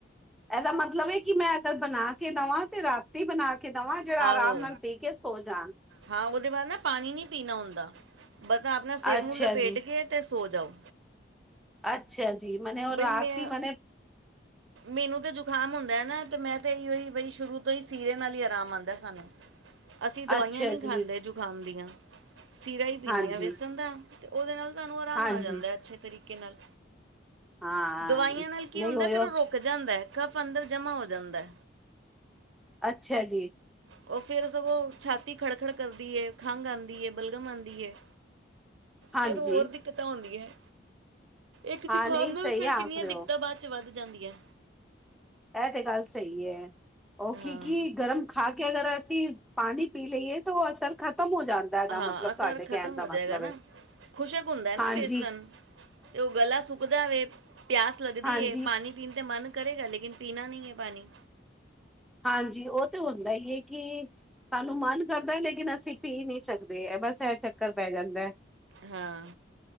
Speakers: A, in the centre; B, on the right.
A: ਇਹਦਾ ਮਤਲਬ ਹੈ ਕਿ ਮੈਂ ਅਗਰ ਬਣਾ ਕੇ ਦੇਵਾਂ ਤੇ ਰਾਤੀ ਬਣਾ ਕੇ ਕੇ ਦਵਾਂ ਜਿਹੜਾ
B: ਆਹੋ
A: ਆਰਾਮ ਨਾਲ ਬੀ ਕੇ ਸੋ ਜਾਣ
B: ਹਾਂ ਉਹਦੇ ਬਾਅਦ ਨਾ ਪਾਣੀ ਨਹੀਂ ਪੀਣਾ ਹੁੰਦਾ ਬਸ ਆਪਣਾ ਸਿਰ
A: ਅੱਛਾ
B: ਨੂੰ ਲਪੇਟ
A: ਜੀ
B: ਕੇ ਅਤੇ ਸੋ ਜਾਓ
A: ਅੱਛਾ ਜੀ ਮਨ ਉਹ
B: ਬਈ
A: ਰਾਤੀ
B: ਮੈਂ
A: ਮਨ
B: ਮੈਨੂੰ ਤਾਂ ਜੁਕਾਮ ਹੁੰਦਾ ਹੈ ਨਾ ਤੇ ਮੈਂ ਤਾਂ ਇੋ ਹੀ ਬਈ ਸ਼ੁਰੂ ਤੋਂ ਹੀ ਸੀਰੇ ਨਾਲ ਹੀ ਆਰਾਮ ਆਉਂਦਾ ਸਾਨੂੰ <unintelligible> <inaudible> ਅਸੀਂ ਦਵਾਈਆਂ
A: ਅੱਛਾ
B: ਨਹੀਂ ਖਾਂਦੇ
A: ਜੀ
B: ਜੁਕਾਮ ਦੀਆਂ ਸੀਰਾ ਹੀ ਪੀਂਦੇ
A: ਹਾਂਜੀ
B: ਹਾਂ ਵੇਸਣ ਦਾ ਉਹਦੇ ਨਾਲ ਸਹਾਨੂੰ ਆਰਾਮ
A: ਹਾਂਜੀ
B: ਆ ਜਾਂਦਾ ਅੱਛੇ ਤਰੀਕੇ ਨਾਲ
A: ਹਾਂ
B: ਦਵਾਈਆਂ
A: ਨਹੀਂ
B: ਨਾਲ ਕੀ ਹੁੰਦਾ
A: ਹੋਇਓ
B: ਫਿਰ ਉਹ ਰੁਕ ਜਾਂਦਾ ਹੈ ਕਫ ਅੰਦਰ ਜਮਾ ਹੋ ਜਾਂਦਾ
A: ਅੱਛਾ ਜੀ
B: ਉਹ ਫਿਰ ਸਗੋਂ ਛਾਤੀ ਖੜ ਖੜ ਕਰਦੀ ਹੈ ਖੰਘ ਆਉਂਦੀ ਹੈ ਬਲਗਮ ਆਉਂਦੀ ਹੈ
A: ਹਾਂਜੀ
B: ਫੇਰ ਹੋਰ ਦਿੱਕਤਾਂ ਆਉਂਦੀਆਂ ਹੈ ਇੱਕ
A: ਹਾਂ
B: ਜੁਕਾਮ
A: ਨਹੀਂ
B: ਨਾਲ
A: ਸਹੀ
B: ਫਿਰ ਕਿੰਨੀਆਂ
A: ਆਖ ਰਹੇ
B: ਦਿੱਕਤਾਂ
A: ਹੋ
B: ਬਾਅਦ ਚ ਵੱਧ ਜਾਂਦੀਆਂ
A: ਇਹ ਤੇ ਗੱਲ ਸਹੀ ਹੈ
B: ਹਾਂ
A: ਕਿ ਕੀ ਗਰਮ ਖਾ ਕੇ ਅਗਰ ਅਸੀਂ ਪਾਣੀ ਪੀ ਲਈਏ ਤਾਂ ਉਹ ਅਸਰ ਖ਼ਤਮ ਹੋ ਜਾਂਦਾ ਦਾ
B: ਹਾਂ
A: ਮਤਲਬ
B: ਅਸਰ
A: ਤੁਹਾਡੇ
B: ਖ਼ਤਮ
A: ਕਹਿਣ ਦਾ
B: ਹੋ ਜਾਏਗਾ
A: ਮਤਲਬ
B: ਨਾ
A: ਹੈ
B: ਖੁਸ਼ਕ ਹੁੰਦਾ ਹੈ ਨਾ
A: ਹਾਂਜੀ
B: ਵੇਸਣ ਤੇ ਉਹ ਗਲਾ ਸੁੱਕਦਾ ਵੇ ਪਿਆਸ ਲੱਗਦੀ
A: ਹਾਂਜੀ
B: ਪਾਣੀ ਪੀਣ ਤਾਂ ਮਨ ਕਰੇਗਾ ਲੇਿ ਪੀਣਾ ਨਹੀਂ ਹੈ ਪਾਣੀ
A: ਹਾਂਜੀ ਉਹ ਤੇ ਹੁੰਦਾ ਹੀ ਹੈ ਕਿ ਸਾਨੂੰ ਮਨ ਕਰਦਾ ਲੇਕਿਨ ਅਸੀਂ ਪੀ ਨਹੀਂੀ ਸਕਦੇ ਹੈ ਬਸ ਇਹ ਚੱਕਰ ਪੈ ਜਾਂਦਾ
B: ਹਾਂ